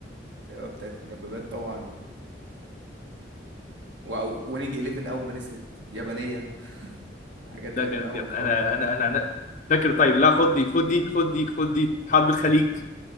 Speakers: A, on the right (about 80°); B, on the left (about 45°).
A: اللعبة بتاعت الدبابات طبعا و... و... ونينج 11 اول ما نزلت يابانيه <laughs> الحاجات
B: ده
A: اللي
B: كانت
A: في الاول
B: جامدة
A: خالص
B: انا انا انا أنا- فاكر طيب لا خد دي خد دي خد دي خد دي حرب الخليج